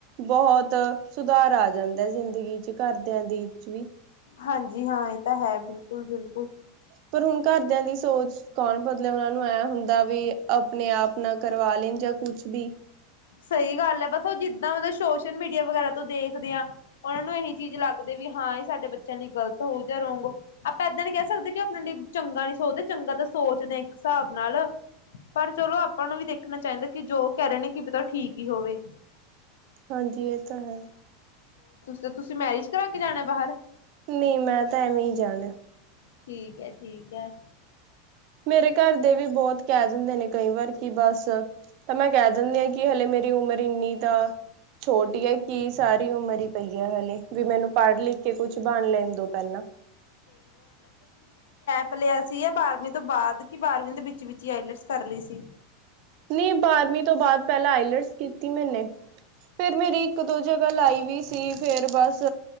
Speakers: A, on the right; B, on the left.
A: ਬਹੁਤ ਸੁਧਾਰ ਆ ਜਾਂਦਾ ਜ਼ਿੰਦਗੀ ਚ ਘਰਦੀਆ ਦੇ ਵੀ।
B: ਹਾਂਜੀ ਹਾਂ, ਇਹ ਤਾਂ ਹੈ, ਬਿਲਕੁਲ ਬਿਲਕੁਲ।
A: ਪਰ ਹੁਣ ਘਰਦਿਆਂ ਦੀ ਸੋਚ ਕੌਣ ਬਦਲਿਆ ਉਹਨਾਂ ਨੂੰ ਐ ਹੁੰਦਾ ਵੀ ਆਪਣੇ ਆਪ ਨਾ ਕਰਵਾ ਲੈਣ ਜਾਂ। ਕੁਛ ਵੀ
B: ਸਹੀ ਗੱਲ ਹੈ ਬਸ ਉਹ ਜਿੱਦਾਂ ਮਤਲਬ। ਸੋਸ਼ਲ ਮੀਡੀਆ ਵਗੈਰਾ ਤੋਂ ਦੇਖਦੇ ਆਾਂ ਉਹਨਾਂ ਨੂੰ ਇਹੀ ਚੀਜ਼ ਲੱਗਦੇ ਵੀ ਹਾਂ ਇਹ ਸਾਡੇ ਬੱਚਿਆਂ ਨ ਗ਼ਲਤ ਹੋਊ ਜਾ। ੋ ਆਪਾਂ ਏਦਾਂ ਨੀ ਕਹਿ ਸਕਦੇ ਕਿ ਆਪਣੇ ਲਈ ਚੰਗਾ ਨੀ ਸੋਚਦੇ ਚੰਗਾ ਤਾਂ ਸੋਚਦੇ ਇੱਕ ਹਿਸਾਬ ਨਾਲ। ਪਰ ਚਲੋ ਆਪਾਂ ਨੂੰ ਵੀ ਦੇਖਣਾ ਚਾਹੀਦਾ ਕਿ ਜੋ ਕਹਿ ਰਹੇ ਨੇ ਕਿ ਪਤਾ ਠੀਕ ਹੀ ਹੋਵੇ
A: ਹਾਂਜੀ ਇਹ ਤਾਂ ਹੈ।
B: ਤੇ ਤੁਸੀਂ ਮੈਰਿਜ ਕਰਾ ਕੇ ਜਾਣਾ ਬਾਹਰ।
A: ਨਹੀਂ ਮੈਂ ਤਾਂ ਐਵੇਂ ਹੀ ਜਾਣਾ
B: ਠੀਕ ਹੈ ਠੀਕ ਹੈ।
A: ਮੇਰੇ ਘਰ ਦੇ ਵੀ ਬਹੁਤ ਕਹਿ ਦਿੰਦੇ ਨੇ ਕਈ ਵਾਰ ਕਿ ਬਸ। ਤਾਂ ਮੈਂ ਕਹਿ ਦਿੰਦੀ ਹਾਂ ਕਿ ਹਲੇ ਮੇਰੀ ਉਮਰ ਇੰਨੀ ਤ। ਛੋਟੀ ਹੈ ਕੀ ਸਾਰੀ ਉਮਰ ਹੀ ਪਈ ਹੈ ਹਲੇ। ਵੀ ਮੈਨੂੰ ਪੜ੍ਹ ਲਿਖ ਕੇ ਕੁਛ ਬਣ ਲੈਣ ਦੋ ਪਹਿਲਾਂ।
B: ਧਾਰ ਲਿਆ ਸੀ ਬਾਰਵੀਂ ਤੋਂ ਬਾਅਦ ਕਿ ਬਾਰਵੀਂ ਦੇ ਵਿੱਚ ਵਿੱਚ ਹੀ ਆਈਲੈਟਸ ਕਰ ਲਈ ਸੀ
A: ਨਹੀਂ ਬਾਰਵੀਂ ਤੋਂ ਬਾਅਦ ਪਹਿਲਾਂ ਆਈਲਟਸ ਕੀਤੀ ਮੈਨੇ। ਫੇਰ ਮੇਰੀ ਇੱਕ ਦੋ ਜਗ੍ਹਾ ਲਾਈ ਵੀ ਸੀ ਫੇਰ ਬਸ